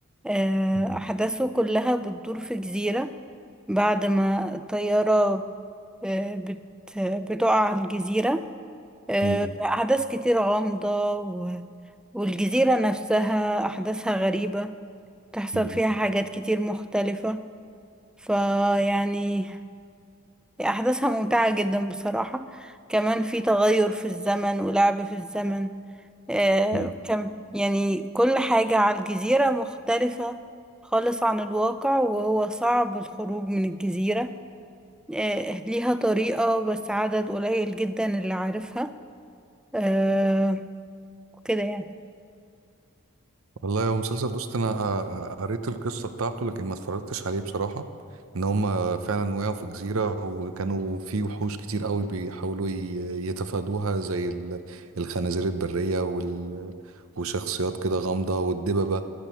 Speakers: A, in the centre; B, on the right.
A: آه
B: مم.
A: أحداثه كلها بتدور في جزيرة بعد ما الطيارة آه، بت بتقع على الجزيرة آه،
B: مم.
A: أحداث كتير غامضة و- والجزيرة نفسها أحداثها غريبة تحصل
B: مم.
A: فيها حاجات كتير مختلفة فيعني أحداثها ممتعة جدا بصراحة كمان في تغير في الزمن ولعب في الزمن آه
B: مم.
A: كم يعني كل حاجة على الجزيرة مختلفة خالص عن الواقع وهو صعب الخروج من الجزيرة آه ليها طريقة بس عدد قليل جدا اللي عارفها آه كده يعني
B: والله هو مسلسل دوست أنا آه، آه، قريت القصة بتاعته لكن ما اتفرجتش عليه بصراحة إن هما فعلا وقعوا في جزيرة وكانوا في وحوش كتير قوي بيحاولوا ي- يتفادوها زي ال- الخنازير البرية وال وشخصيات كده غامضة والدببة